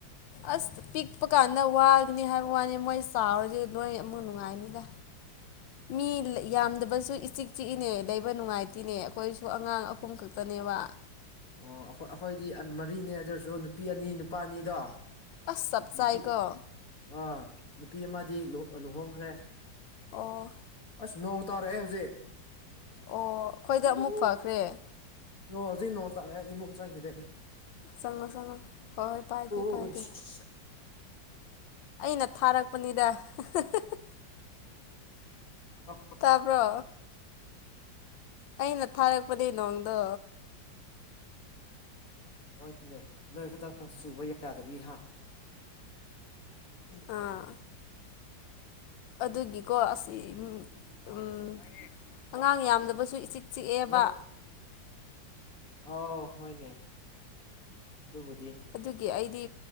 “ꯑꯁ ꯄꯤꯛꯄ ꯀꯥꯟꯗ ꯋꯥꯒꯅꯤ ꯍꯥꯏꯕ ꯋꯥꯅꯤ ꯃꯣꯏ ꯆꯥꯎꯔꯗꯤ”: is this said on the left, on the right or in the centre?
Left